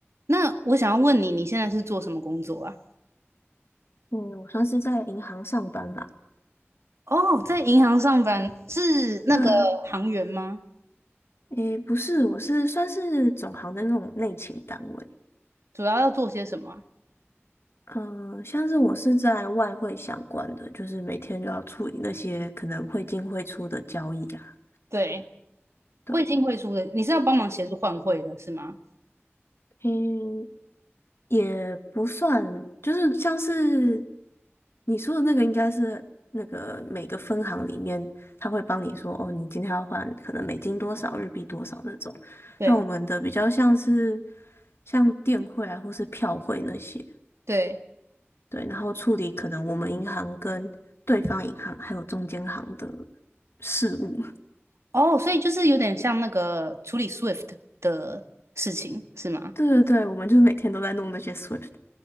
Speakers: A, on the right; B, on the left.
A: 那我想要问你，你现在是做什么工作啊？
B: 嗯，我算是在银行上班吧。
A: 哦，在银行上班是那个行员吗？
B: 对啊，诶，不是，我是算是总行的那种内勤单位。
A: 主要要做些什么啊
B: 嗯、像是我是在外汇相关的，就是每天就要处理那些可能汇进汇出的交易啊。
A: 对，
B: 对，
A: 汇进汇出的，你是要帮忙协助换汇的是吗？
B: 嗯。也不算，就是像是你说的那个，应该是那个每个分行里面，他会帮你说，哦，你今天要换可能美金多少，日币多少那种。
A: 对
B: 但我们的比较像是像电汇啊，或是票汇那些，
A: 对，
B: 对，然后处理可能我们银行跟对方银行还有中间行的事务。<laughs>
A: 哦，所以就是有点像那个处理 SWIFT 的事情是吗？
B: 对对对，我们就是每天都在弄那些 SWIFT。